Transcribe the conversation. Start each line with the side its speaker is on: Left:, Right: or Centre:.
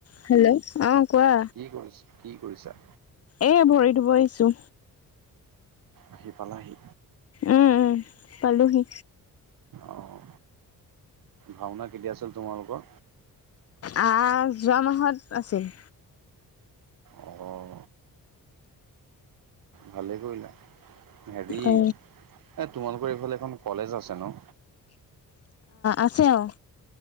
Left: Hello অ কোৱা।
Right: কি কৰিছ কি কৰিছা?
Left: এ ভৰি ধুব আহিছো।
Right: আহি পালাহি?
Left: উম উম পালোহি।
Right: অঁ ভাওনা কেতিয়া আছিল তোমালোকৰ?
Left: আ যোৱা মাহত আছিল।
Right: অঁ ভালে কৰিলা হেৰি এ
Left: অ
Right: তোমালোকৰ এইফালে এখন কলেজ আছে ন?
Left: আছে অ।